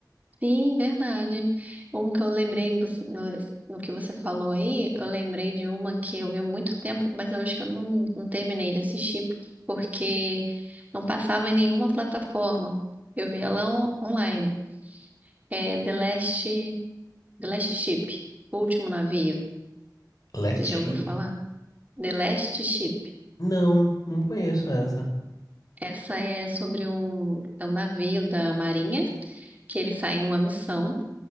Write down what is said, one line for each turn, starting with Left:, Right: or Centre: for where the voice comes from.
Right: Sim, verdade. Um que eu lembrei, você- no, no que você falou aí, eu lembrei de uma que eu vi há muito tempo, mas eu acho que eu não, não terminei de assistir, porque não passava em nenhuma plataforma. Eu vi ela on- online. É The Last, The Last Ship, O Último Navio.
Left: Last
Right: Você
Left: Ship?
Right: já ouviu falar? The Last Ship.
Left: Não, não conheço essa.
Right: Essa é sobre um, é um navio da Marinha que eles saem em uma missão